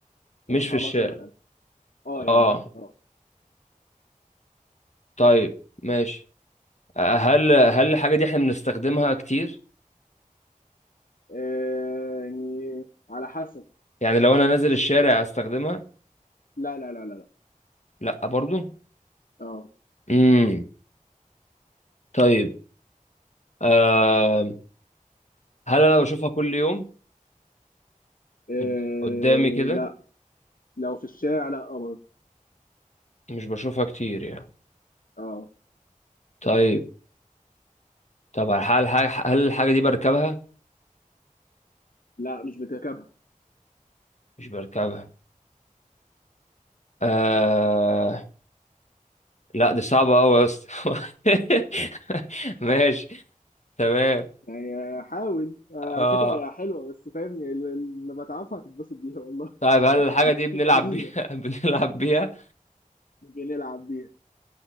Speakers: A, on the left; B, on the left.
A: طب
B: مش
A: ما صعبهاش
B: في الشارع
A: ولا حاجه اه يعني
B: اه
A: اه
B: طيب ماشي أه، هل هل الحاجة دي احنا بنستخدمها كتير
A: آه، يعني على حسب
B: يعني لو انا نازل الشارع استخدمها
A: لا لا لا لا لا
B: لا برضو
A: اه
B: امم طيب آه... هل انا بشوفها كل يوم
A: إيه
B: قد- قدامي كده
A: لا لو في الشارع لا قمر
B: مش بشوفها كتير يعني
A: اه
B: طيب طب هل هل هل الحاجة دي بركبها؟
A: لا مش بتركبها
B: مش بركبها آه... لا دي صعبة أوي يا اسطى <laughs> ماشي تمام
A: يعني آه، حاول آه،
B: آه...
A: على فكرة هي حلوة بس فاهم ال- ال- لما تعرفها هتتبسط بيها والله
B: طيب هل الحاجة دي
A: <laughs>
B: بنلعب
A: جديدة
B: بيها؟ <laughs> بنلعب بيها؟
A: مش بنلعب بيها